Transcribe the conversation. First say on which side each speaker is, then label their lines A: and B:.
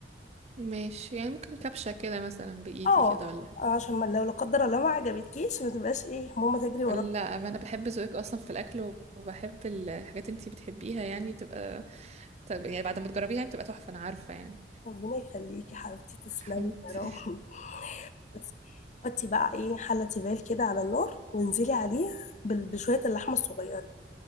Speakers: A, on the right; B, on the left.
A: ماشي يعني ممكن كبشة كده مثلا بإيدي
B: اه
A: كده ولا
B: عشان ما لو لا قدر الله ما عجبتكيش ما تبقاش ايه ماما تجري وراكي
A: لا ما انا بحب ذوقك اصلا في الاكل وبحب ال- الحاجات انتي بتحبيها يعني بتبقى طب يعني بعد ما تجربيها يعني بتبقى تحفه انا عارفه يعني
B: ربنا يخليكي يا حبيبتي تسلمي
A: حبيبتي
B: يا رب بس حطي بقى ايه حلة تيفال كده على النار وانزلي عليه بال- بشوية اللحمة الصغيرة